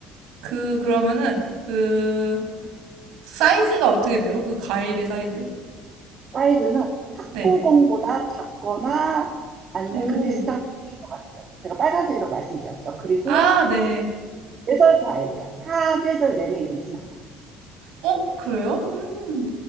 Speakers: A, on the right; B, on the right.
A: 그, 그러면은, 그, 사이즈가 어떻게 돼요? 그 과일의 사이즈?
B: 사이즈는 탁구공보다
A: 네.
B: 작거나 아니면
A: 오,
B: 그 비슷한 크기인 것 같아요. 제가 빨간색이라고 말씀드렸죠. 그리고
A: 아, 네.
B: 계절 과일이요. 사계절 내내 있진 않아요.
A: 어, 그래요? 음,